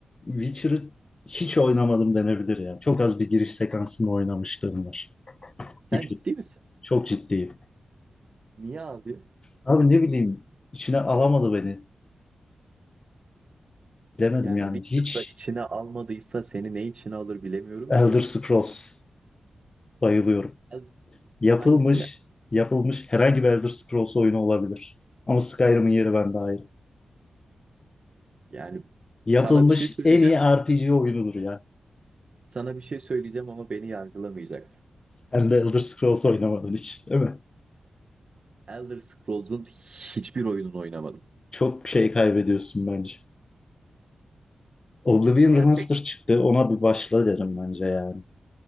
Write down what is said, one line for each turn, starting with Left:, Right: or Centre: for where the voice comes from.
Left: Witcher'ı hiç oynamadım denebilir ya. Çok az bir giriş sekansını oynamışlığım var.
Right: Sen
Left: Üç.
Right: ciddi misin?
Left: Çok ciddiyim.
Right: Niye abi?
Left: Abi ne bileyim içine alamadı beni. Bilemedim
Right: Yani
Left: yani.
Right: Witcher'da
Left: Hiç
Right: içine almadıysa seni ne içine alır bilemiyorum
Left: Elder
Right: ki.
Left: Scrolls bayılıyorum.
Right: Hadi
Left: Yapılmış,
Right: Hangisine?
Left: yapılmış herhangi bir Elder Scrolls oyunu olabilir. Ama Skyrim'in yeri bende ayrı.
Right: Yani
Left: Yapılmış
Right: sana bir şey söyleyeceğim.
Left: en iyi RPG oyunudur ya.
Right: Sana bir şey söyleyeceğim ama beni yargılamayacaksın.
Left: Hem de Elder Scrolls oynamadığın hiç, değil mi?
Right: Elder Scrolls'un hiçbir oyununu oynamadım.
Left: Çok şey kaybediyorsun bence. Oblivion
Right: Ya
Left: Remaster
Right: pek
Left: çıktı. Ona bir başla derim bence yani.